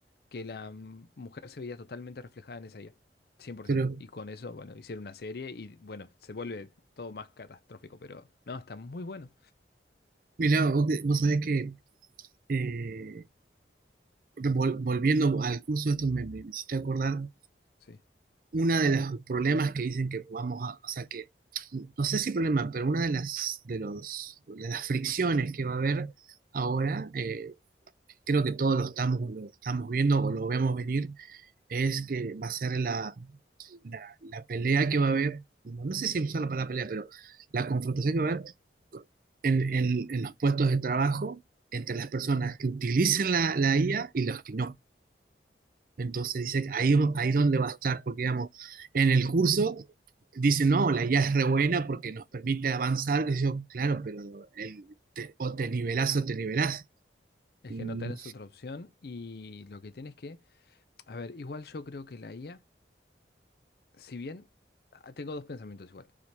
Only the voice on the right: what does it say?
pero,
mira, vos, vos sabés que... eh, vol- volviendo al curso, esto me, me hiciste acordar,
uno de los problemas que dicen que vamos a, o sea que, no sé si problema, pero una de las, de los, de las fricciones que va a haber ahora, eh, creo que todos lo estamos, lo estamos viendo o lo vemos venir, es que va a ser la, la, la pelea que va a haber, no, no sé si usar la palabra pelea, pero la confrontación que va a haber en, en en los puestos de trabajo entre las personas que utilicen la, la IA y los que no. Entonces dice, ahí, ahí donde va a estar, porque digamos, en el curso dice, no, la IA es re buena porque nos permite avanzar, que yo, claro, pero el, o te nivelás o te nivelás.
Mm,